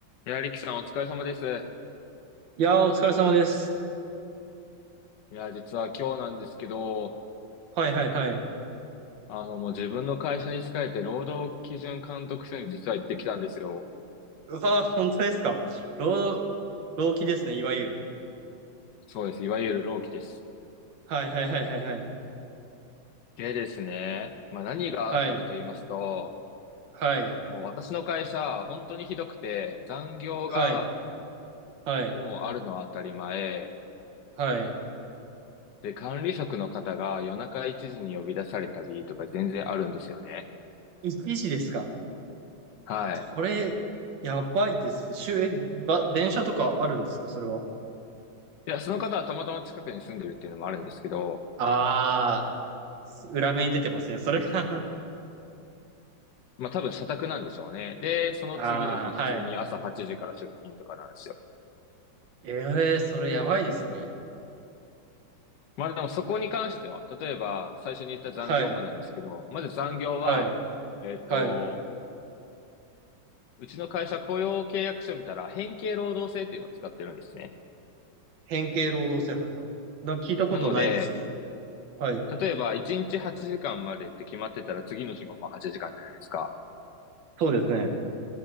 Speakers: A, on the left; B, on the right.
A: いや、リキさんお疲れ様です。
B: いやー、お疲れ様です。
A: いや、実は今日なんですけど、
B: はいはいはい。
A: あの、もう自分の会社に仕えて労働基準監督署に実は行ってきたんですよ。
B: うわー、本当ですか。労働、労基ですね、いわゆる。
A: そうです。いわゆる労基です。
B: はいはいはいはいはい。
A: でですね、まあ何があったかと言いますと、
B: はい、はい、
A: もう私の会社、本当にひどくて、残業が
B: はい、はい、
A: もうあるのは当たり前。
B: はい。
A: で、管理職の方が夜中1時に呼び出されたりとか全然あるんですよね。
B: 1時ですか。
A: はい。
B: それ、やばいです。週、えば、電車とかあるんですか、それは。
A: いや、その方はたまたま近くに住んでるっていうのもあるんですけど、
B: あー、裏目に出てますね、それが <laughs>
A: まあ多分社宅なんでしょうね。で、その次の日普通に朝8時から出勤とかなんですよ。
B: あー、はい。えー、それやばいですね。
A: まあでもそこに関しては、例えば最初に言った残業もなんですけど、
B: はい、
A: まず残業は、
B: はい、
A: えっと、
B: はい。
A: うちの会社雇用契約書見たら変形労働制っていうのを使ってるんですね。
B: 変形労働制覇。なんか聞いたことないですね。
A: なので、
B: はい、
A: 例えば1日8時間までって決まってたら次の日もまあ8時間じゃないですか。
B: そうですね。